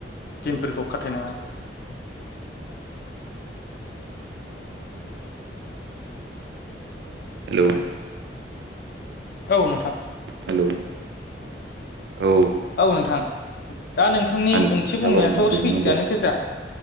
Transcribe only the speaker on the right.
हेलौ
हेलौ औ
आंनि
खोथाखौ
आं गोजोन
मोनदों